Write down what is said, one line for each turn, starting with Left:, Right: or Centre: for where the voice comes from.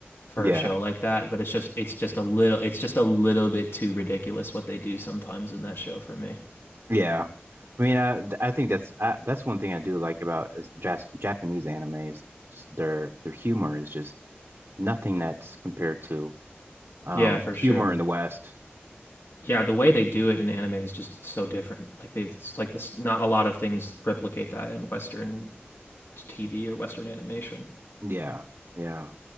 Left: for
Right: Yeah,
Left: a show like that, but it's just it's just a little it's just a little bit too ridiculous what they do sometimes in that show for me.
Right: yeah. I mean, I I think that's I, that's one thing I do like about is jas Japanese anime is their their humor is just nothing that's compared to um
Left: Yeah, for sure.
Right: humor in the West.
Left: Yeah, the way they do it in anime is just so different. Like they it's like this not a lot of things replicate that in Western TV or Western animation.
Right: Yeah, yeah.